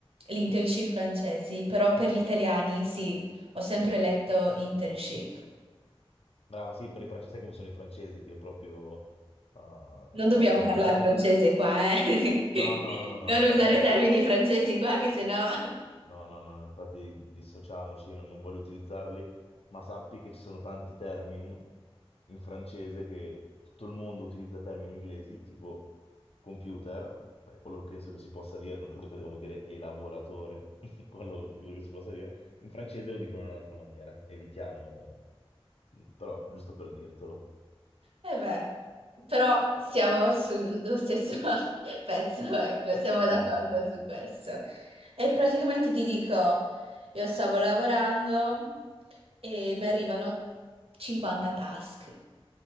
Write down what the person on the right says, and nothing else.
l'internship francesi, però per gli italiani sì, ho sempre letto internship.
Non dobbiamo
parlare
francese qua, eh?
<laughs>
Non
usare termini francesi qua, che sennò...
E beh, però siamo sullo stesso <laughs> pezzo, ecco, siamo
d'accordo
su
questo. E praticamente ti dico, io stavo lavorando e mi arrivano 50 task.